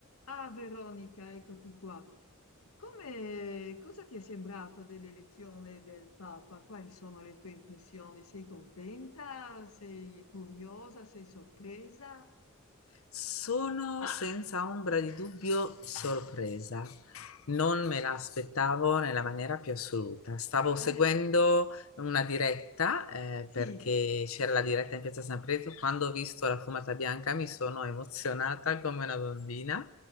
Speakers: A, on the left; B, on the left.
A: Ah, Veronica, eccoti qua. Come, cosa ti è sembrato dell'elezione del Papa? Quali sono le tue impressioni? Sei contenta? Sei curiosa? Sei sorpresa?
B: Sono senza ombra di dubbio sorpresa. Non me la aspettavo nella maniera più assoluta. Stavo seguendo
A: Eh,
B: una diretta, eh,
A: sì,
B: perché c'era la diretta in Piazza San Pietro. Quando ho visto la fumata bianca mi sono emozionata come una bambina